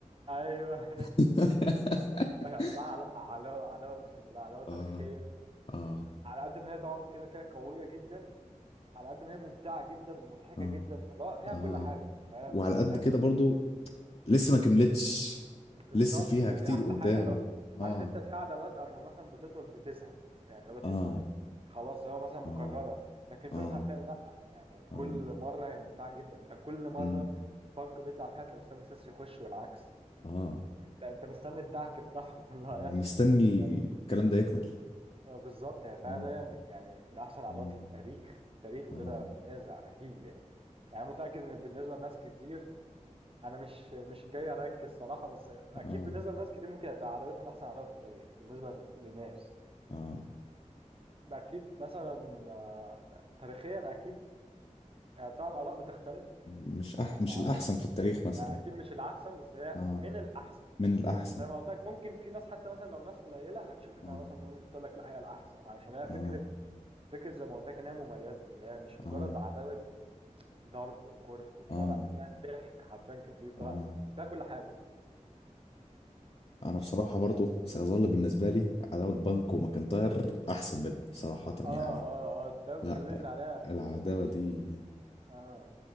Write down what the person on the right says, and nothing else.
ايوه
<laughs> صح لا عداوه عداوه اقسم بالله عداوه تاريخيه
على قد ما هي طبعا كده كده قويه جدا على قد ما هي ممتعه جدا ومضحكه
جدا فاللي هو فيها
كل حاجه فاهم؟
يعني
بالظبط
دي احلى
حاجه اللي هو
عارف انت في عدوات اما مثلا بتطول بتزهق يعني لو بتحس
انه خلاص هو مثلا مكرره
لكن
دول حرفيا لا يعني
كل مره هي ممتعه جدا انت كل مره
بنك بيطلع فيها انت مستني سيس يخش والعكس
انت انت مستني الدعك بتاعهم <laughs> اللي هيحصل
يعني
آه، بالظبط هي فعلا
من يعني من احسن العدوات
في التاريخ في التاريخ
بلا منازع اكيد يعني يعني متاكد ان بالنسبه لناس كتير انا مش مش جاي ارانك الصراحه بس اكيد
بالنسبه لناس كتير ممكن هتبقى عداوتهم احسن عداوه في التاريخ بالنسبه لناس
اكيد مثلا آه، تاريخيا اكيد آه، طبعا الاراء بتختلف
يعني مثلا
عندك
آه، اكيد مش الاحسن بس هي
من الاحسن
زي ما قلت لك ممكن في ناس حتى مثلا لو ناس قليله هتشوف انها
مثلا ممكن تقول لك لا هي الاحسن علشان هي فكره
فكره زي ما قلت لك انها مميزه اللي هي مش مجرد
عداوه ضرب وكره وبتاع
لا فيها ضحك حرفيا كتير فيها
فيها كل حاجه
اه
اه اه ده
اتكلمنا عليها
كنت
اه